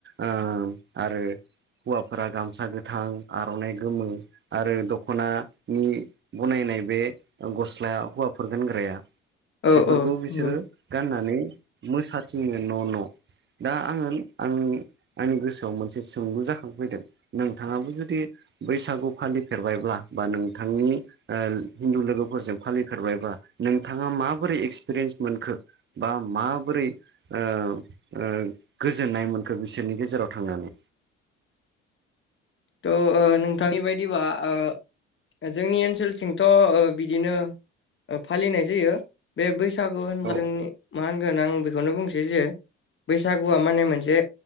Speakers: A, on the right; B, on the left.
A: ओ आरो हौवाफोरा गामसा गोथां आर'नाइ गोमो आरो दख'नानि बनाय नाय बे गस्लाया हौवाफोर गानग्राया
B: औ
A: बेफोरखौ
B: औ
A: बिसोरो
B: नंगौ
A: गान्ना नै मोसाथिंयो न' न'। दा आङो आं आंनि गोसो आव मोनसे सोंलु जाखांफैदों नोंथाङाबो जुदि बैसागु फालिफेरबायब्ला बा नोंथां नि ओ हिन्दु लोगोफोरजों फालिफेरबायबा नोंथाङा माबोरै एक्सपिरियेन्स मोनखो? बा माबोरै ओ ओ गोजोननाय मोनखो बिसोरनि गेजेराव थांनानै।
B: थ' ओ नोंथांनि बायदिबा ओ जोंनि ओनसोलथिंथ' ओ बिदिनो ओ फालिनाय जायो बे बै सागु होनब्ला
A: औ
B: जोंनि मा होनगोन आं बेखौनो बुंसै जे बैसागुआ माने मोनसे